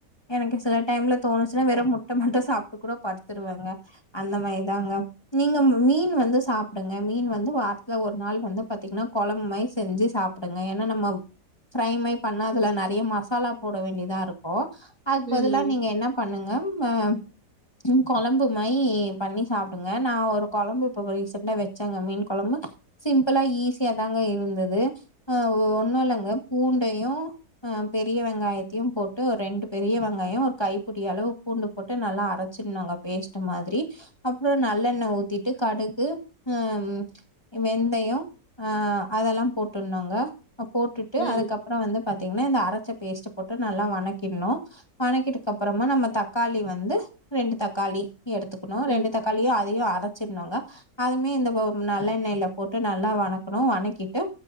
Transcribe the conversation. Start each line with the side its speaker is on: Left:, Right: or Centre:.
Left: எனக்கு சில டைம்ல தோணுச்சுனா வெறு முட்ட மட்டு சாப்ட்டுக் கூட படுத்துருவங்க அந்தமாரி தாங்க நீங்க மீன் வந்து சாப்டுங்க மீன் வந்து வார்த் துல ஒரு நாள் வந்து பாத்தீங்னா கொழம்புமாயி செஞ்சு சாப்டுங்க ஏன்னா நம்மொ ஃபிரைமே பண்ணா அதுல நெறைய மசாலா போட வேண்டிதா இருக்கு அதுக்கு
Right: ம்
Left: பதிலா நீங்க என்ன பண்ணுங்க ம ம் கொழம்பு மயி பண்ணி சாப்டுங்க நா ஒரு கொழம்பு இப்ப ரீசன்டா வச்சேங்க மீன் கொழம்பு சிம்பிளா ஈஸியாதாங்க இருந்தது அ அ ஒண்ணுல்லங்க பூண்டயு ஆ பெரிய வெங்காயத்தியு போட்டு ஒரு ரெண்டு பெரிய வெங்காயொ ஒரு கைப்புடி அளவு பூண்டு போட்டு நல்லா அரச்சிகினுங்க பேஸ்ட்டு மாதிரி அப்பறொ நல்லெண்ண ஊத்திட்டு கடுகு அம் வெந்தயொ ஆ அதெலா போட்டுனுங்க போட்டுட்டு
Right: ம்
Left: அதுக்கப் பற வந்து பாத்தீங்னா இந்த அரச்ச பேஸ்ட்டு போட்டு நல்லா வணக்கிக்ணு வணக்கிட்டு அப்பறமா நம்ம தக்காளி வந்து ரெண்டு தக்காளி எடுத்துக்கணு
Right: ம்
Left: ரெண்டு தக்காளியு அதயு அரச்சிருனுங்க அதுமே இந்த நல்லண்ணெய்ல போட்டு நல்லா வணக்ணு வணக்கிட்டு